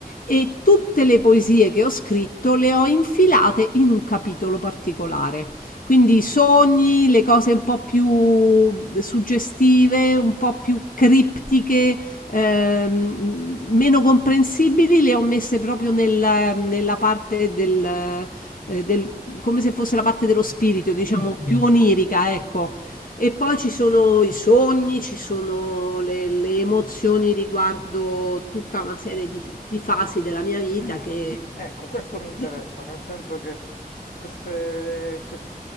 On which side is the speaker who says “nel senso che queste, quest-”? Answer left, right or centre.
Left